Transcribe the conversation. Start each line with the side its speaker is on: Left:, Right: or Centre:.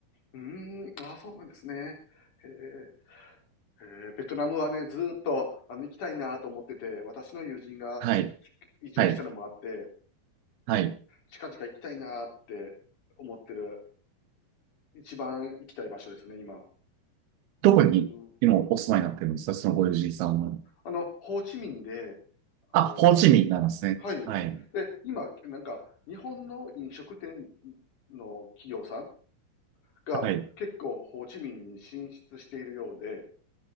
Left: ーん。ああ、そうなんですね。へえ。えー、ベトナムはね、ずーっと、あの、行きたいなと思ってて、私の友人が
Right: はい、
Left: 移住したのもあって、
Right: はい、はい。
Left: 近々行きたいなって思ってる、一番行きたい場所ですね、今。
Right: どこに、
Left: うん。
Right: 今、お住まいになってるんですかそのご友人さんは。
Left: あの、ホーチミンで、
Right: あ、
Left: あの、
Right: ホーチミンなんですね。
Left: はい。
Right: はい、
Left: で、今、なんか、日本の飲食店の企業さんが結構ホーチミンに進出しているようで、
Right: はい。